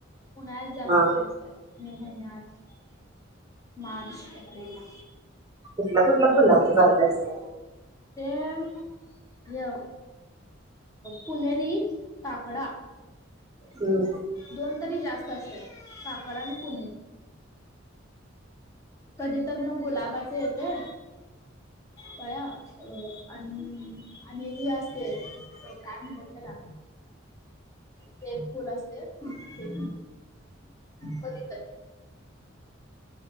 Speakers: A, on the left; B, on the right.
A: पुण्यात जास्त
B: हा
A: असत मे महिन्यात मार्च एप्रिल ला
B: कुठल्या कुठल्या फुलांच कररजयचं
A: ते पुनेरी काकडा
B: हम्
A: दोन तरी जास्त असतात का कडाु कधी तर मग गुलाबाचे येते पळ अ आणि आणि एक हे असते बय कारण बतला ते फुल असते ते कध